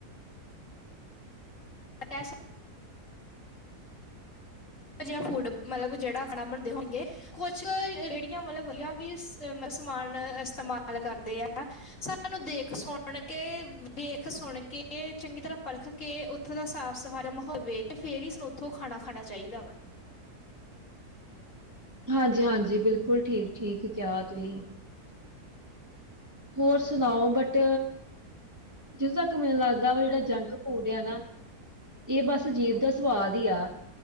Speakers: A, on the left; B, on the right.
A: ਪੈਸ ਇਹੋ ਜਿਹਾ ਫੂਡ ਮਤਲਬ ਜਿਹੜਾ ਆਪਣਾ ਬਣਦੇ ਹੋਣਗੇ ਕੁਛ ਰੇੜੀਆਂ ਵਾਲੇ ਵਧੀਆ ਵੀ ਸਮਾਨ ਇਸਤੇਮਾਲ ਕਰਦੇ ਆ ਸਾਨੂੰ ਦੇਖ ਸੁਣ ਕੇ ਵੇਖ ਸੁਣ ਕੇ ਕੇ ਚੰਗੀ ਤਰ੍ਹਾਂ ਪਰਖ ਕੇ ਉੱਥੋਂ ਦਾ ਸਾਫ਼ ਸਫ਼ਾਰ ਮਾਹੌਲ ਵੇਖ ਕੇ ਫੇਰ ਹੀ ਸਾਨੂੰ ਉੱਥੋਂ ਖਾਣਾ ਖਾਣਾ ਚਾਹੀਦਾ ਵ
B: ਹਾਂਜੀ ਹਾਂਜੀ ਬਿਲਕੁਲ ਠੀਕ ਠੀਕ ਕਿਆ ਤੁਸੀਂ ਹੋਰ ਸੁਣਾਓ ਬਟ ਜਦੋਂ ਤੱਕ ਮੈਨੂੰ ਲੱਗਦਾ ਵਾ ਜਿਹੜਾ ਜੰਕ ਫੂਡ ਆ ਨਾ ਇਹ ਬਸ ਜੀਬ ਦਾ ਸਵਾਦ ਹੀ ਆ